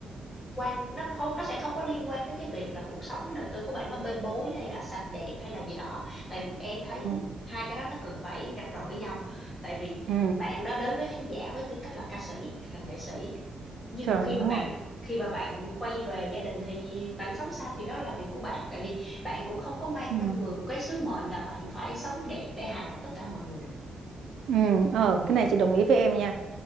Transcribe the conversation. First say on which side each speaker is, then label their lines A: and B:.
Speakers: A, in the centre; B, on the right.
A: quan nó không nó sẽ không có liên quan tới cái việc là cuộc sống đời tư của bạn nó bê bối hay là sạch đẹp hay là gì đó tại vì em thấy
B: ừ.
A: hai cái đó nó cần phải rạch ròi với nhau tại vì
B: Ừ.
A: bạn đó đến với khán giả với tư cách là ca sĩ là nghệ sĩ nhưng
B: Trời
A: mà khi
B: đúng
A: mà bạn
B: rồi.
A: khi mà bạn quay về gia đình thì bạn sống sao thì đó là việc của bạn tại vì bạn cũng không có mang
B: Ừ.
A: trong người một cái sứ mệnh là bạn phải sống đẹp để hài lòng tất cả mọi người được
B: ừ ờ cái này chị đồng ý với em nha